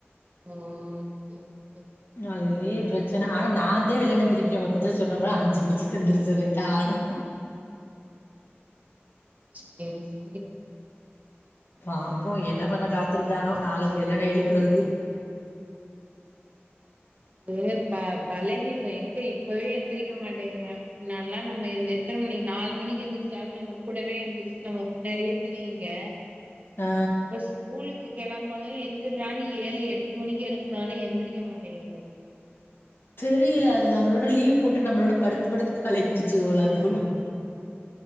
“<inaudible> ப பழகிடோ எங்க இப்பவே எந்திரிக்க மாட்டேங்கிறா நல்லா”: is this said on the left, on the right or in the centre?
Right